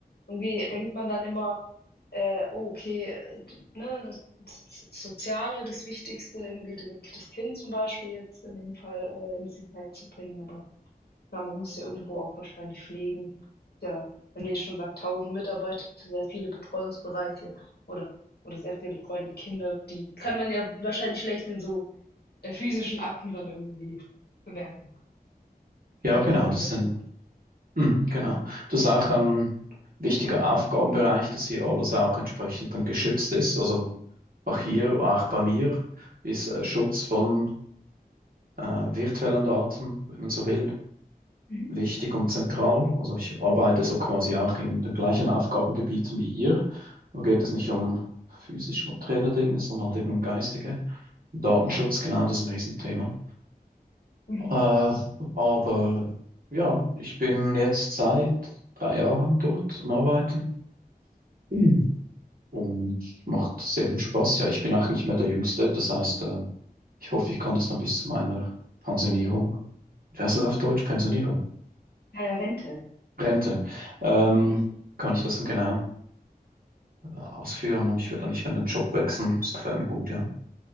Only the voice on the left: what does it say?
Irgendwie denkt man dann immer, äh, oh, okay, äh, d- ne, das, das Soziale, das Wichtigste, irgendwie den, das Kind zum Beispiel jetzt in dem Fall, äh, in Sicherheit zu bringen, aber Klar, man muss ja irgendwo auch wahrscheinlich pflegen. Ja, wenn ihr schon sagt, tausend Mitarbeiter, sehr viele Betreuungsbereiche oder oder sehr viele betreuende Kinder, die kann man ja wahrscheinlich schlecht in so, äh, physischen Akten dann irgendwie bemerken,
wenn
man die dann
wiederfindet.
Mhm,
mhm.
Ja.
Mhm,
mhm,
mhm.
Äh, Rente.
Mhm.